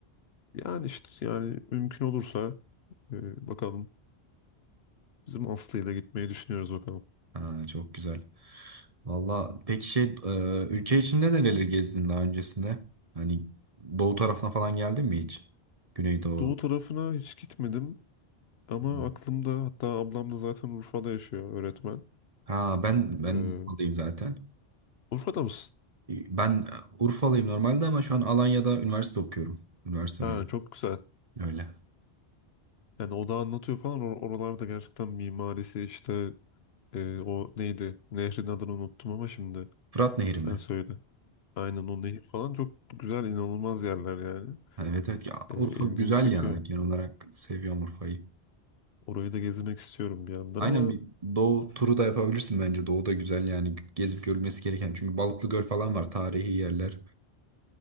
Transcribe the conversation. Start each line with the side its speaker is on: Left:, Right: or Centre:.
Left: Yani işte yani mümkün olursa e, bakalım. Bizim Aslı ile gitmeyi düşünüyoruz bakalım.
Right: Ha, çok güzel. Valla peki şey e, ülke içinde nereleri gezdin daha öncesinde? Hani doğu tarafına falan geldin mi hiç? Güneydoğu.
Left: Doğu tarafına hiç gitmedim ama
Right: Hmm.
Left: aklımda hatta ablam da zaten Urfa'da yaşıyor öğretmen.
Right: Ha ben ben
Left: Ee,
Right: Urfa'dayım zaten.
Left: Urfa'da mısın?
Right: Ben Urfalıyım normalde ama şu an Alanya'da üniversite okuyorum. Üniversite
Left: Ha,
Right: önemli.
Left: çok güzel.
Right: Öyle.
Left: Yani o da anlatıyor falan Or- oralarda gerçekten mimarisi işte e, o neydi? Nehrin adını unuttum ama şimdi
Right: Fırat Nehri
Left: sen
Right: mi?
Left: söyle. Aynen o nehir falan çok güzel inanılmaz yerler yani.
Right: Ha, Evet evet ya
Left: Ee,
Right: Urfa
Left: ilgimi
Right: güzel
Left: çekiyor.
Right: yani genel olarak seviyorum Urfa'yı.
Left: Orayı da gezmek istiyorum bir yandan
Right: Aynen
Left: ama
Right: bir doğu turu da yapabilirsin bence. Doğu da güzel yani gezip görülmesi gereken. Çünkü Balıklı Göl falan var tarihi yerler.